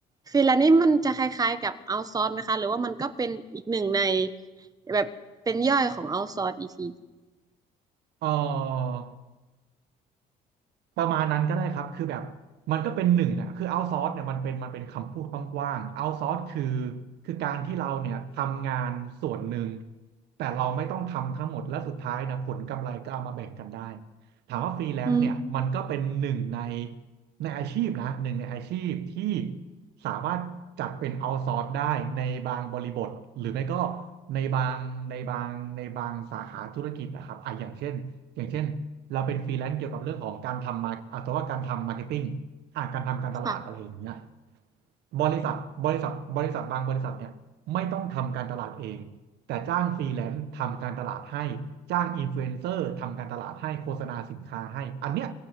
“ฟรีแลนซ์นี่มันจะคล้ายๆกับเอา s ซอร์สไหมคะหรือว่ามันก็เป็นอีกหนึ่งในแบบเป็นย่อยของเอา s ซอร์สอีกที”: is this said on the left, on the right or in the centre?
Right